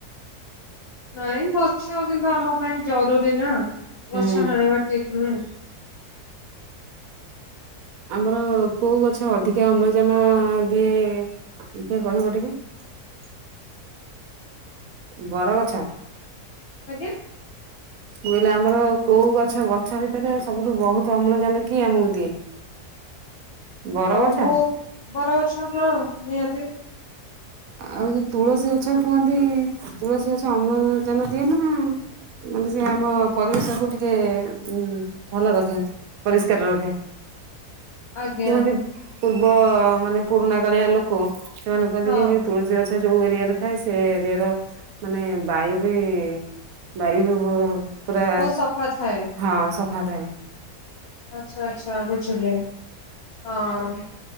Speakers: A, on the left (about 70°); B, on the right (about 70°).
A: ନାଇଁ ଗଛ କିନ୍ତୁ ଆମ ପାଇଁ ଜରୁରୀ ନା ଗଛ
B: ହୁଁ।
A: ହାଣିବା ଠିକ ନୁହେଁ।
B: ଆମର କୋଉ ଗଛ ଅଧିକା ଅମ୍ଳଜାନ ଦିଏ, ଦେଖିଆ କହିବ ଟିକେ? <inaudible> ବର କଛ।
A: ଆଜ୍ଞା?
B: ମୁଁ କହିଲି ଆମର କୋଉ ଗଛ, ଗଛ ଭିତରେ ସବୁଠୁ ବହୁତ ଅମ୍ଳଜାନ କିଏ ଆମକୁ ଦିଏ? <inaudible> ବରଗଛ
A: ବହୁତ ବରଗଛ ହଁ ନିହାତି।
B: ଆଉ ଯଉ ତୁଳସୀ ଗଛ କୁହନ୍ତି, ତୁଳସୀ ଗଛ ଅମ୍ଳଜାନ ଦିଏ ନା ମାନେ ସେ ଆମ ପରିବେଶ କୁ ଟିକେ ଉ ଭଲ ରଖେ। ପରିସ୍କାର ରଖେ।
A: ଆଜ୍ଞା।
B: କୁହନ୍ତି ପୂର୍ବ ମାନେ ପୁରୁଣା କାଳିଆ ଲୋକ ସେମାନଙ୍କୁ
A: ହଁ।
B: ଯିକି ତୁଳସୀ ଗଛ ଯୋଉ ଏରିଆରେ ଥାଏ ସେ ଏରିଆର ମାନେ ବାୟୁ ବି ବାୟୁ ଉ ପୁରା
A: ବହୁତ ସଫା ଥାଏ
B: ହଁ ସଫା ଥାଏ।
A: ଆଚ୍ଛା ଆଚ୍ଛା ବୁଝିଲି ହଁ। ଆଉ